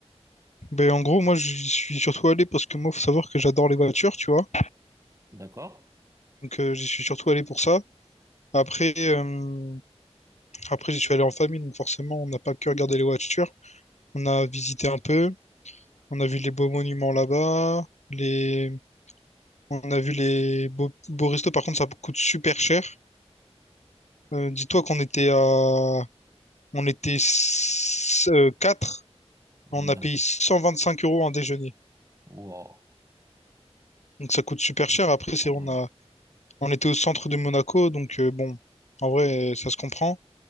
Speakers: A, on the left (about 90°); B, on the right (about 25°).
A: Ben, en gros, moi, j'y suis surtout allé parce que moi, faut savoir que j'adore les voitures, tu vois.
B: D'accord.
A: Donc, euh, j'y suis surtout allé pour ça. Après, euh, après, j'y suis allé en famille, donc forcément, on n'a pas que regardé les voitures. On a visité un peu. On a vu les beaux monuments là-bas. Les... On a vu les beaux, beaux restos. Par contre, ça coûte super cher. Euh, dis-toi qu'on était à... On était s- euh, 4.
B: Hmm,
A: On a
B: D'accord.
A: payé 125 euros en déjeuner.
B: Wow.
A: Donc ça coûte super cher. Après, c'est
B: Ouais.
A: on a on était au centre de Monaco, donc euh, bon, en vrai, euh, ça se comprend.